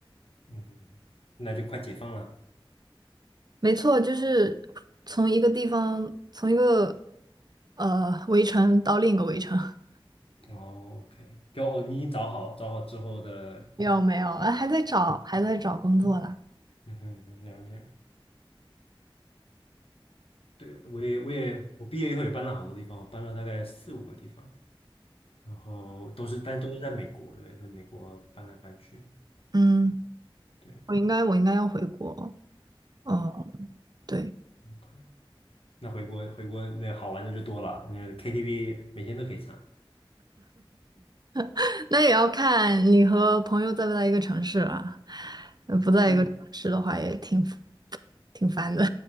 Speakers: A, on the left; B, on the right.
A: 嗯哼，那就快解放了。
B: 没错，就是从一个地方，从一个呃围城到另一个围城。<laughs>
A: 哦，OK，就哦，你找好找好之后的，
B: 没有没有，哎还在找还在找工作啦。
A: 嗯哼，了解。对，我也我也我毕业以后也搬了好多地方，我搬了大概四五个地方，然后都是但都是在美国，对，在美国搬来搬去，
B: 嗯，
A: 嗯，对，
B: 我应该我应该要回国。哦，
A: 回国
B: 对，
A: ，OK，那回国回国那好玩的就多了，那 KTV 每天都可以唱，
B: <laughs> 那也要看你和朋友在不在一个城市啦。呃不在一个城市的话，
A: 嗯
B: 也挺挺烦的。